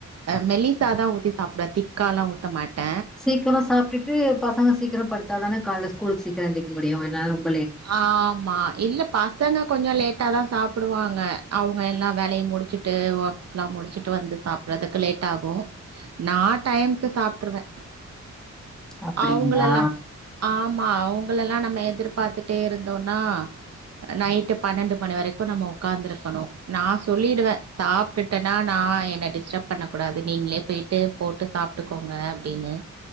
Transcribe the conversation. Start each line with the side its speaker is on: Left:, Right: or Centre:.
Right: அ மெல்லிசா தா ஊத்தி சாப்ட திக்காலா ஊத்த மாட்ட
Centre: சீக்கிரொ சாப்ட்டுட்டு பசங்க சீக்கிரொ படுத்தாதான கால்ல ஸ்கூலுக் சீக்கிர எந்திக் முடியு எல்லாரும்
Right: ஆமா இல்ல பசங்க கொஞ்சொ லேட் லேட் தான் சாப்பிடுவாங்க அவங்க எல்லா வேலையை முடிச்சுட்டு ஒர்க்ஸ்ல்லா முடிச்சுட்டு வந்து சாப்படுறதுக்கு லேட் ஆகும் நான் டைமுக்கு சாப்பிடுவேன்
Centre: அப்டிங்களா
Right: அவங்களையெல்லா ஆமா ஆமா அவங்கள எல்லாம் நம்ம எதிர்பார்த்துட்டே இருந்தோம்னா நைட்டு பன்னெண்டு மணி வரைக்கும் நம்ம உட்காந்துருக்கணும் நான் சொல்லிடுவேன் சாப்பிட்டுட்டேன்னா நான் என்னை டிஸ்டர்ப் பண்ண கூடாது நீங்களே போயிட்டு போட்டு சாப்பிட்டுக்கோங்க அப்படின்னு